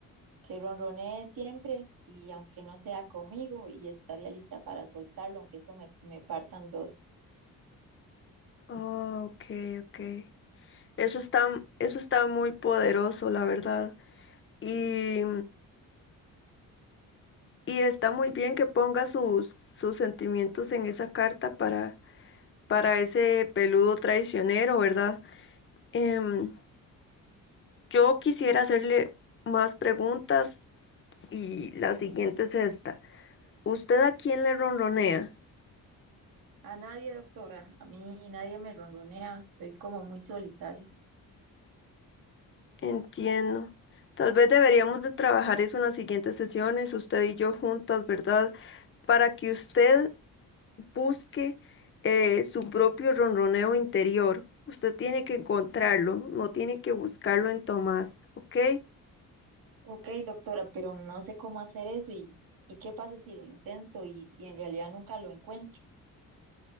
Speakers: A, on the right (about 80°); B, on the left (about 35°).
A: que ronronee siempre y aunque no sea conmigo, y estaría lista para soltarlo, aunque eso me, me partan dos.
B: Oh, ok, ok. Eso está, eso está muy poderoso, la verdad. Y, y está muy bien que ponga sus, sus sentimientos en esa carta para, para ese peludo traicionero, ¿verdad? Em, yo quisiera hacerle más preguntas y la siguiente es esta. ¿Usted a quién le ronronea?
A: A nadie, doctora. A mí nadie me ronronea. Soy como muy solitaria.
B: Entiendo. Tal vez deberíamos de trabajar eso en las siguientes sesiones, usted y yo juntas, ¿verdad? Para que usted busque eh, su propio ronroneo interior. Usted tiene que encontrarlo, no tiene que buscarlo en Tomás, ¿ok?
A: Ok, doctora, pero no sé cómo hacer eso y, y qué pasa si lo intento y, y en realidad nunca lo encuentro.